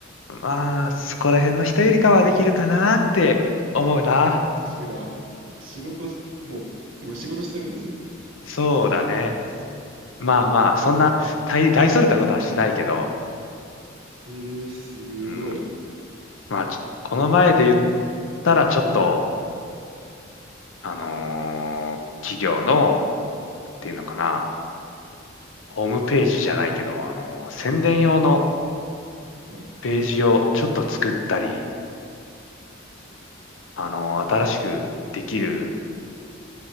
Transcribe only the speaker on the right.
さすが。やっぱ仕事し、もう、今仕事してるんですもんね。
えー、すごい。
はい、